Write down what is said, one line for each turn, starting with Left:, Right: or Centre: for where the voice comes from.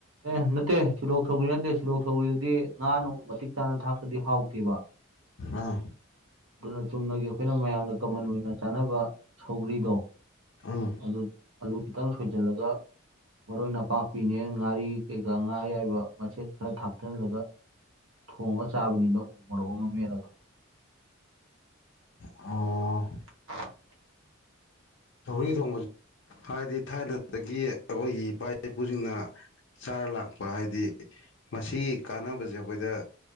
Right: ꯑꯦ ꯅꯠꯇꯦ ꯁꯤꯜꯂꯣꯛ ꯁꯧꯒ꯭ꯔꯤ ꯅꯠꯇꯦ ꯁꯤꯜꯂꯣꯛ ꯁꯧꯒ꯭ꯔꯤꯗꯨꯗꯤ ꯉꯥ ꯅꯨꯡ ꯃꯇꯤꯛ ꯆꯥꯅ ꯊꯥꯛꯇ꯭ꯔꯗꯤ ꯍꯥꯎꯇꯦꯕ
Left: ꯑꯥ
Right: ꯑꯗꯨꯅ ꯆꯨꯝꯅꯒꯤ ꯑꯈꯣꯏꯅ ꯃꯌꯥꯝꯅ ꯀꯃꯟ ꯑꯣꯏꯅ ꯆꯥꯅꯕ ꯁꯧꯒ꯭ꯔꯤꯗꯣ
Left: ꯎꯝ
Right: ꯑꯗꯨ ꯑꯂꯨ ꯈꯤꯇꯪ ꯁꯣꯏꯖꯤꯜꯂꯒ ꯃꯔꯣꯏ ꯅꯄꯥꯛꯄꯤꯅꯦ ꯉꯥꯔꯤ ꯀꯩꯀꯥ ꯉꯥ ꯑꯌꯥꯏꯕ ꯃꯆꯦꯠ ꯈꯔ ꯊꯥꯛꯆꯜꯂꯒ ꯊꯣꯡꯉ ꯆꯥꯕꯅꯤꯗꯣ ꯃꯔꯣꯛ ꯑꯃ ꯃꯦꯠꯂꯒ
Left: ꯑꯣ
Right: <unintelligible>
Left: ꯁꯧꯒ꯭ꯔꯤ ꯊꯣꯡꯕꯁꯦ ꯍꯥꯏꯗꯤ ꯊꯥꯏꯅꯗꯒꯤ ꯑꯈꯣꯏꯒꯤ ꯏꯄꯥ ꯏꯄꯨꯁꯤꯡꯅ ꯆꯥꯔ ꯂꯥꯛꯄ ꯍꯥꯏꯗꯤ ꯃꯁꯤꯒꯤ ꯀꯥꯟꯅꯕꯁꯦ ꯑꯈꯣꯏꯗ